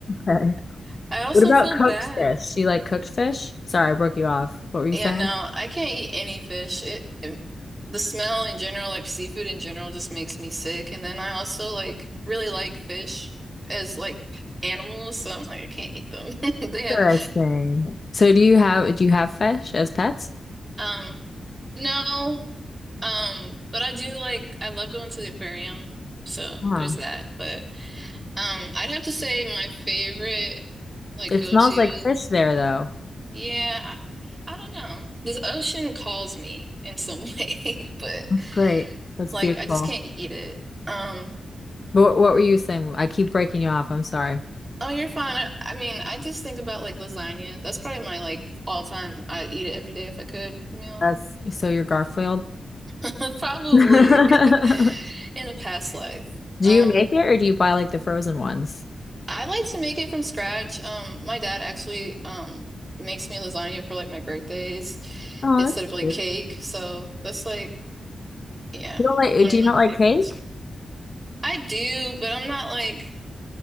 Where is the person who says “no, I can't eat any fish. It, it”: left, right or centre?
Right